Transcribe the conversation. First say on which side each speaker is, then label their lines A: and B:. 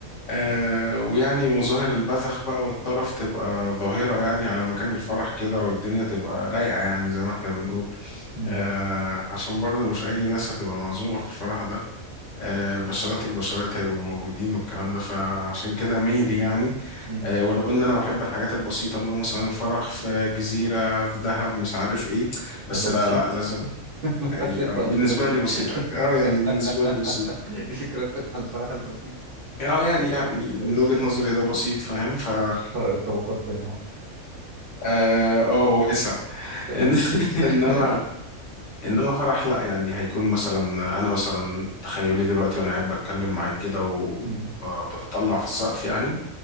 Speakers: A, on the left; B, on the right.
A: آه ويعني مظاهر البذخ بقى والطرف تبقى ظاهرة يعني على مكان الفرح كده والدنيا تبقى رايقة يعني زي ما احنا بنقول
B: أمم،
A: آه عشان برضه مش أي ناس هتبقى معزومة في الفرح ده آه بشرات البشرات هيبقوا موجودين والكلام ده فعشان كده ميلي يعني
B: أمم.
A: آه ولو إن أنا بحب الحاجات البسيطة اللي هو مثلا فرح في جزيرة في دهب مش عارف إيه بس
B: هو ده بسيط
A: لا لا لازم
B: <laughs> اللي
A: إيه
B: أنت
A: آه
B: قلته
A: بالنسبة
B: ده كده
A: لي بسيط اه
B: <laughs>
A: يعني بالنسبة لي بسيط
B: دي فكرتك على الفرح البسيط
A: اه يعني يعني من
B: ايش
A: وجهة
B: آه،
A: نظري ده بسيط فاهم ف <laughs>
B: فرق الطبقات بينهم
A: اه آه، واسع
B: آه.
A: إن- <laughs> انما
B: <laughs>
A: انما فرح لا يعني هيكون مثلا انا مثلا تخيلي دلوقتي وانا قاعد بتكلم معاك كده و
B: أمم.
A: بتطلع في السقف يعني